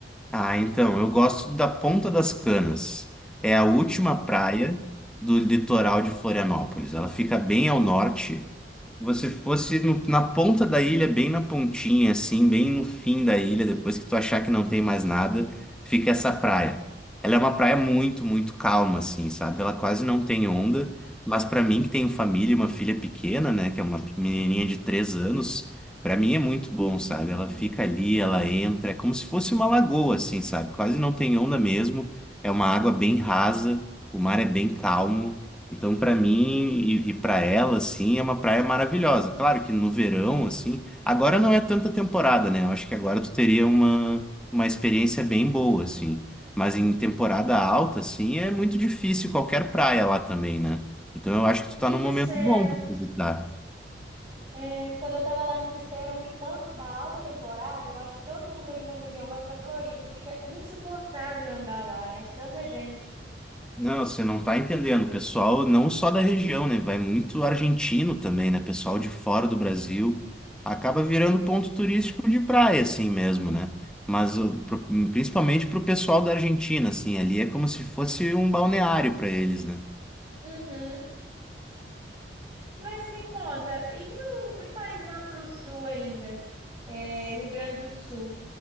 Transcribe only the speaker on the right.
Hum,
me
disseram,
é, quando eu tava lá, me disseram que quando dá alta temporada, eu acho que todo mundo ali na região vai pra Floripa. Fica insuportável andar lá, né? De tanta gente.
Uhum. Mas me conta, e, o, e mais lá pro sul ainda? É, Rio Grande do Sul.